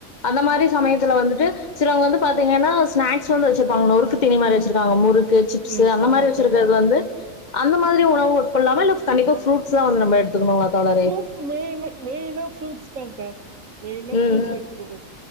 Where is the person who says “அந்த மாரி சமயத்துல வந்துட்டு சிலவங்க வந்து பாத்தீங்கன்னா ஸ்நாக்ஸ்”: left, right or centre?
Left